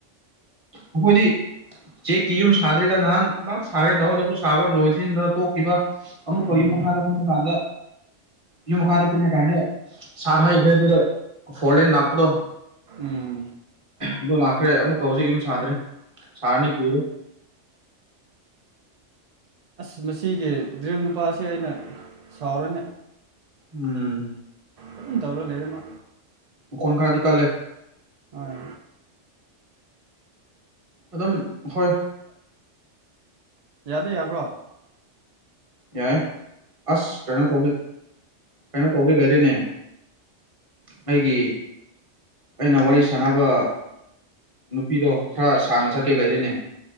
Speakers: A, on the right; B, on the right.
A: ꯑꯩꯈꯣꯏꯗꯤ ꯆꯦꯛꯀꯤ ꯌꯨꯝ ꯁꯥꯗ꯭ꯔꯤꯗ ꯅꯍꯥꯟ ꯑꯃꯨ ꯁꯥꯒꯦ ꯇꯧꯔꯗꯁꯨ ꯁꯥꯕ ꯂꯣꯏꯁꯤꯟꯗ ꯇꯣꯛꯈꯤꯕ ꯑꯃꯨꯛꯀ
B: ꯎꯝ
A: ꯌꯨꯝ ꯃꯈꯥꯟꯗ ꯀꯨꯝꯕ ꯀꯥꯟꯗ ꯌꯨꯝ ꯃꯈꯥꯗ ꯀꯨꯃ ꯀꯥꯟꯗ ꯁꯥꯠ ꯍꯥꯏꯈ꯭ꯔꯦꯗꯨꯒ ꯐꯣꯔꯂꯦꯟ ꯂꯥꯛꯄꯗꯣ
B: ꯎꯝ
A: ꯑꯗꯣ ꯂꯥꯛꯈ꯭ꯔꯦ ꯑꯃꯨꯛ ꯍꯧꯖꯤꯛ ꯌꯨꯝ ꯁꯥꯗꯔꯤ ꯁꯥꯔꯅꯤ ꯀꯨꯏꯔꯣꯏ
B: ꯑꯁ ꯃꯁꯤꯒꯤ ꯗ꯭ꯔꯤꯜ ꯅꯨꯄꯥꯁꯦ ꯑꯩꯅ ꯁꯥꯎꯔꯅꯦ
A: ꯎꯝ
B: ꯑꯗꯨꯝ ꯇꯧꯔ ꯂꯩꯔꯦ ꯃꯥ
A: ꯃꯈꯣꯟ ꯈꯔꯗꯤ ꯀꯜꯂꯦ
B: ꯍꯣꯏ
A: ꯑꯗꯨꯝ ꯍꯣꯏ
B: ꯌꯥꯗꯦ ꯌꯥꯕ꯭ꯔꯣ
A: ꯌꯥꯏ ꯑꯁ ꯀꯩꯅꯣ ꯇꯧꯒꯦ ꯀꯩꯅꯣ ꯇꯧꯒꯦ ꯂꯩꯔꯦꯅꯦ ꯑꯩꯒꯤ ꯑꯩꯅ ꯋꯥꯔꯤ ꯁꯥꯟꯅꯕ ꯅꯨꯄꯤꯗꯣ ꯈꯔ ꯁꯥꯡꯅ ꯆꯠꯀꯦ ꯂꯩꯔꯅꯦ